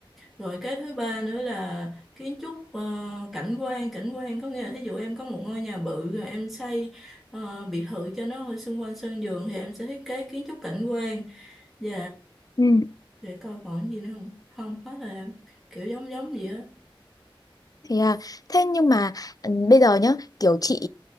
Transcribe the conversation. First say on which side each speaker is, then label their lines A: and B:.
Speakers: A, in the centre; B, on the left (about 40°).
A: Rồi cái thứ ba nữa là kiến trúc ờ, cảnh quan cảnh quan có nghĩa là thí dụ em có một ngôi nhà bự rồi em xây ờ, biệt thự cho nó ở xung quanh sân vườn thì em sẽ thiết kế kiến trúc cảnh quan và
B: ừ
A: để coi còn gì nữa không không hết rồi em kiểu giống giống gì á
B: Thế à, thế nhưng mà ừ, bây giờ nhá, kiểu chị